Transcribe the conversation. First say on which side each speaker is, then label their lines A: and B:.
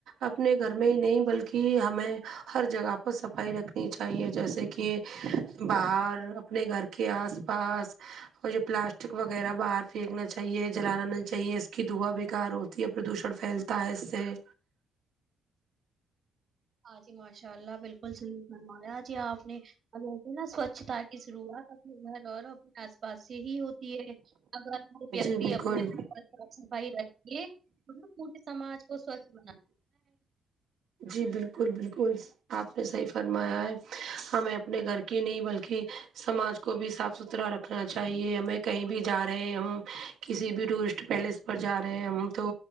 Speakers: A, on the right; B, on the right.
A: اپنے گھر میں ہی نہیں بلکہ ہمیں ہر جگہ پر صفائی رکھنی چاہیے جیسے کہ باہر اپنے گھر کے آس پاس اور یہ پلاسٹک وغیرہ باہر پھینکنا چاہیے جلانا نہیں چاہیے اس کی دھوا کار ہوتی ہے پردوشن پھیلتا ہے اس سے
B: ہاں جی ماشاء اللہ بالکل صحیح فرمایا جی آپ نے اب وسے نا سوچھتا کی شروعات اپنے گھر اور اپنے آس پاس سے ہی ہوتی ہے اگر ہر ویکتی
A: جی بالکل
B: اپنے اور صاف صفائی رکھے م پورے سماج کو سوچھ بنا
A: جی بالکل بالکل آپ نے صحیح فرمایا ہے ہمیں اپنے گھر کی نہیں بلکہ سماج کو بھی صاف ستھرا رکھنا چاہیے ہمیں کہیں بھی جا رہے ہم کسی بھی ٹورسٹ پیلیس پر جا رہے ہم تو